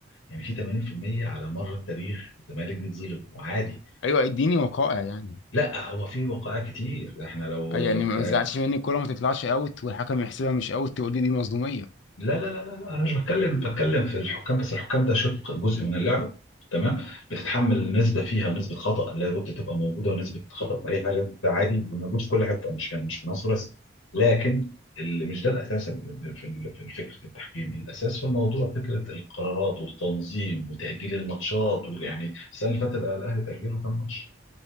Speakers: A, on the left; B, on the left.
A: يعني في 80% على مر التاريخ الزمالك بيتظلم وعادي
B: ايوه اديني وقائع يعني
A: لا هو في وقائع كتير احنا لو
B: أي
A: لو
B: يعني ما
A: ك-
B: تزعلش مني الكوره ما تطلعش اوت والحكم يحسبها مش اوت تقول لي دي مصدوميه
A: لا لا لا لا لا، انا مش بتكلم بتكلم في الحكام بس الحكام ده شق جزء من اللعبه تمام بتتحمل نسبه فيها ونسبه خطا لابد تبقى موجوده ونسبه خطا في اي حاجه ده عادي موجود في كل حته مش يعني مش في مصر بس لكن اللي مش ده الاساس ال- في ال- في فكره التحكيم الاساس في الموضوع فكره القرارات والتنظيم وتاجيل الماتشات ويعني السنه اللي فاتت الاهلي تاجله كام ماتش